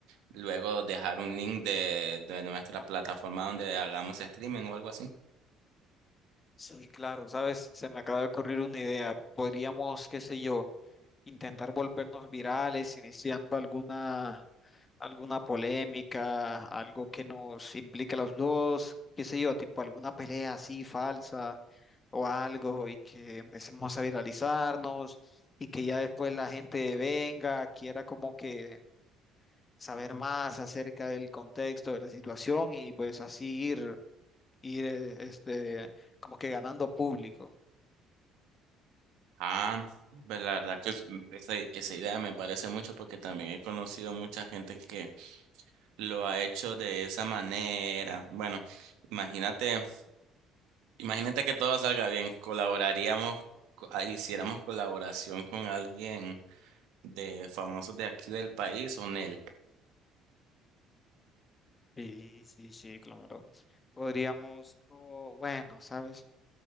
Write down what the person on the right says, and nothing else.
luego dejar un link de, de nuestra plataforma donde hagamos streaming o algo así?
Ah, pues la verdad que es- esa, esa idea me parece mucho porque también he conocido mucha gente que lo ha hecho de esa manera. Bueno, imagínate, imagínate que todo salga bien, colaboraríamos, co- ah, hiciéramos colaboración con alguien de famosos de aquí del país o Nel.